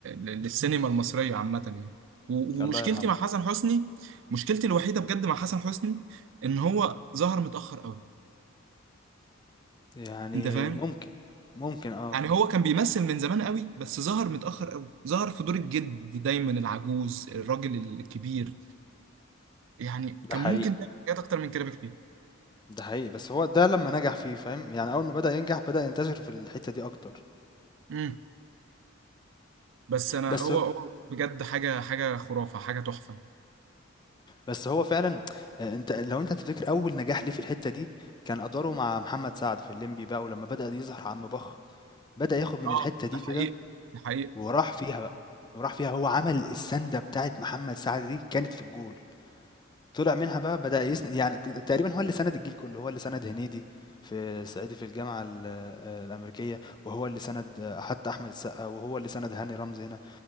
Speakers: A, on the right (about 65°); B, on the left (about 20°).
A: للسينما المصرية عامة يعني و- ومشكلتي
B: الله يرحمه،
A: مع حسن حسني مشكلتي الوحيدة بجد مع حسن حسني إن هو ظهر متأخر أوي
B: يعني
A: أنت فاهم؟
B: ممكن، ممكن آه،
A: يعني هو كان بيمثل من زمان أوي بس ظهر متأخر أوي ظهر في دور الجد دايما العجوز الراجل الكبير يعني
B: ده
A: كان
B: حقيقي،
A: ممكن تعمل حاجات أكتر من كده بكتير
B: ده حقيقي، بس هو ده لمّا نجح فيه فاهم، يعني أول ما بدأ ينجح بدأ ينتشر في الحتّة دي أكتر،
A: امم. بس انا
B: بس
A: هو
B: ه
A: هو بجد حاجه حاجه خرافه حاجه تحفه
B: بس هو فعلًا آآ أنت لو أنت تفتكر أول نجاح ليه في الحتّة دي كان أدواره مع محمد سعد في اللمبي بقى ولمّا بدأ يظهر عم بخ، بدأ ياخد من
A: اه
B: الحتّة دي
A: ده
B: كده
A: حقيقه ده حقيقه
B: وراح فيها بقى، وراح فيها هو عمل السَنْدة بتاعة محمد سعد دي كانت في الجول، طلع منها بقى بدأ يسن يعني ك تقريبًا هو اللي سَنَد الجيل كُلّه، هو اللي سَنَد هنيدي في صعيدي في الجامعة ال آآ الأمريكية، وهو اللي سَنَد آه، حتى أحمد السقا، وهو اللي سَنَد هاني رمزي هنا،